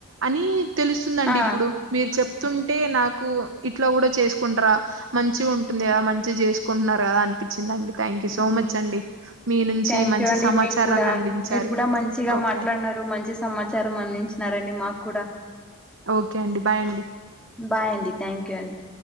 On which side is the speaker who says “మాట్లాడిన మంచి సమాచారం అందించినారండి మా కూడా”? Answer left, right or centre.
Centre